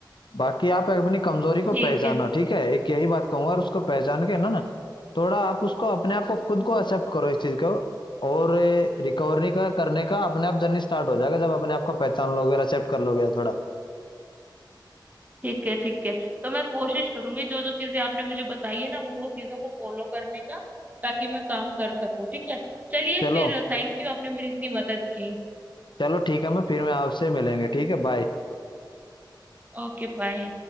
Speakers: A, on the left; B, on the right.
A: बाकी आप अपनी कमजोरी को
B: ठीक
A: पहचानो ठीक है एक यही बात कहूंगा और उसको पहचान के ना ना थोड़ा आप उसको अपने आप को खुद
B: है
A: को एक्सेप्ट करो इस चीज को और रिकवरी का करने का अपने आप जर्नी स्टार्ट हो जाएगा जब अपने आप को पहचान लोगे और accept कर लोगे थोड़ा
B: ठीक है ठीक है तो मैं कोशिश करूंगी जो जो चीजें आपने मुझे बताई है ना वो वो चीजों को फॉलो करने का ताकि मैं काम कर सकूं ठीक है चलिए
A: चलो
B: फिर थैंक यू आपने मेरी इतनी मदद की
A: चलो ठीक है मैं फिर मैं आपसे मिलेंगे ठीक है बाय
B: Okay bye